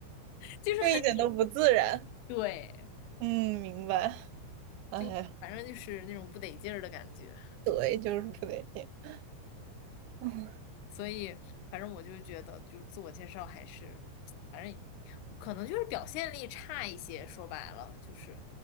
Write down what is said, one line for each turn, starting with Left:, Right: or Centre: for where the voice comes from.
Left: 就是很拧。
Right: 就一点都不自然。
Left: 对，
Right: 嗯，明白。哎呀，
Left: 就反正就是那种不得劲儿的感觉。
Right: 对，就是不得劲。<laughs> 嗯，
Left: 所以，反正我就觉得，就是自我介绍还是，反正可能就是表现力差一些。说白了，就是